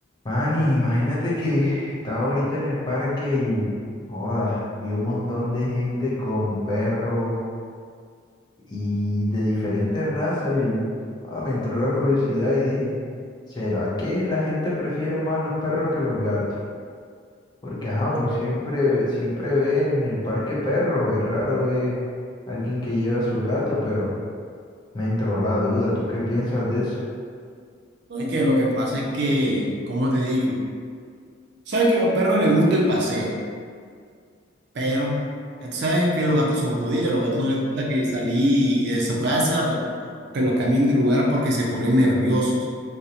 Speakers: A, on the left; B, on the right.
A: Manny, imagínate que estaba ahorita en el parque y, joda, vi un montón de gente con perros y de diferentes razas y joda, me entró la curiosidad y dije, ¿será que la gente prefiere más los perros que los gatos? Porque, ajá,
B: Pues,
A: uno siempre, siempre ve en el parque perros, es raro ver alguien que lleve a su gato, pero me entró la duda, ¿tú qué piensas de eso?
B: no, Es que lo que pasa es que, como te digo, sabes que a los perros les gusta el paseo, pero sabes que los gatos son jodidos, los gatos no les gusta que salí de su casa o, o que los cambien de lugar porque se ponen nerviosos. O